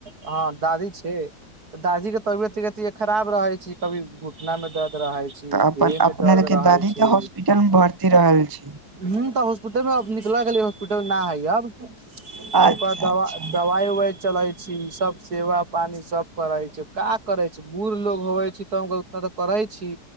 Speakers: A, on the right; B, on the right.
A: हँ दादी छै दादी के तबियत क कति खराब रहे छै कभी घुटना में दर्द रहै छी
B: तऽ अपन
A: देह
B: अपने
A: मे दर्द
B: के
A: रहै
B: दादी
A: छी
B: तऽ हॉस्पिटल मे भर्ती रहल छी
A: ह तऽ हॉस्पिटल मे निकल गेलै हॉस्पिटल न है अब
B: अच्छा
A: ओकरा दवा
B: अच्छा
A: दवाइ उवाइ चलै छी सब सेवा पानी सब करै छै का करै छै बुढ़ लोग होवै छै तऽ तऽ करै छी